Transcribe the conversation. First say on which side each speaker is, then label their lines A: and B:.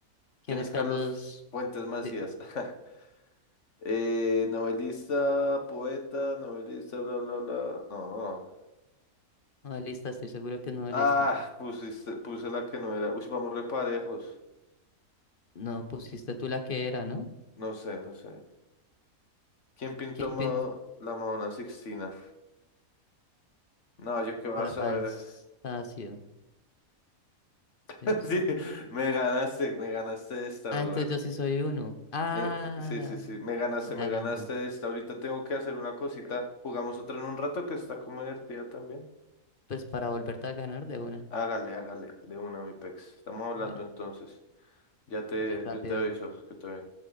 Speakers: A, on the left; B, on the left.
A: ¿Quién
B: ¿Quién
A: es
B: es
A: Carlos?
B: Carlos Fuentes Macías?
A: De...
B: <laughs> Eh, novelista, poeta, novelista, bla, bla, bla. No.
A: Novelista, estoy seguro que es novelista.
B: Ah, pusiste, puse la que no era. Uy, vamos reparejos.
A: No pusiste tú la que era, ¿no?
B: No sé, no sé. ¿Quién pintó
A: ¿Quién
B: Ma-
A: pintó?
B: la Madonna Sixtina? No, yo qué vas
A: Rafael
B: a ver.
A: Sanzio.
B: <laughs>
A: ¿Sí ves?
B: Sí, me ganaste, me ganaste esta,
A: Ah,
B: brother.
A: entonces yo sí soy uno. Ah,
B: Me- sí, sí, sí, me ganaste,
A: ya,
B: me ganaste
A: ya entendí.
B: esta. Ahorita tengo que hacer una cosita. Jugamos otra en un rato que está como divertida también.
A: Pues para volverte a ganar de una,
B: Hágale, hágale, de una, mi pex. Estamos hablando
A: de una.
B: entonces. Ya te,
A: Dale rápido.
B: yo te aviso que te ven.